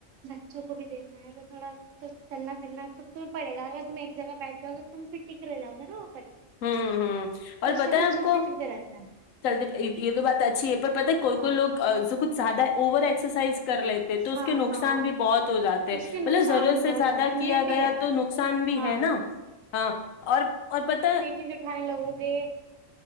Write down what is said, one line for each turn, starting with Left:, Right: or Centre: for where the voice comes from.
Right: بچوں کو بھی دیکھنا ہے تو تھوڑا چلنا پھرنا تو تمہیں پڑے گا اگر تم ایک جگہ بیٹھ جاؤ گے تم پھر ٹک رہے لاگا نا اوپر ہی
Left: ہوں ہ اور
Right: تو اس
Left: بتائیں
Right: سے ہم
Left: آپ
Right: چلتے
Left: کو
Right: پھرتے رہتے ہیں
Left: چلتے یہ تو بات اچھی ہے پر پتا کوئی
Right: ہاں
Left: کوئی لوگ کچھیادہ اوور ای ایکسرسائز کر لیتے تو اس
Right: ہاں
Left: کے نقصان
Right: ہاں
Left: بھی بہت ہو جاتے
Right: اس کے نقصان
Left: مطلب ضرورت
Right: بھی
Left: سے
Right: بہت
Left: زیادہ کیا
Right: ہیں یہ بھی
Left: گیا
Right: ہے
Left: تو نقصان بھی
Right: ہاں
Left: ہے نا ہاں اور اور پت
Right: چیز اٹھانے لگو گے